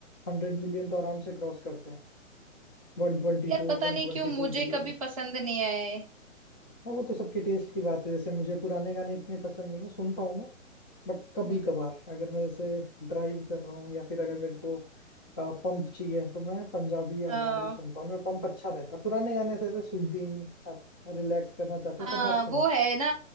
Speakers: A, on the left; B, on the right.
A: हंड्रेड मिलियन तो आराम से क्रॉस करते हैं 124
B: यार पता नहीं
A: 122
B: क्यों मुझे
A: मिलियन
B: कभी पसंद नहीं आए
A: हाँ, वो तो सबके टेस्ट की बात है जैसे मुझे पुराने गाने इतने पसंद नहीं है सुनता हूँ मैं बट कभी
B: हम्म
A: कभार अगर मैं जैसे ड्राइव कर रहा हूँ या फिर अगर मेरे को पंप चाहिए तो मैं पंजाबी या
B: हाँ
A: हरियाणवी सुनता हूँ उनमें पंप अच्छा रहता है पुराने गाने से सूदिंग आप रिलैक्स करना चाहते
B: हाँ
A: हो तब आप सुनो
B: वो है ना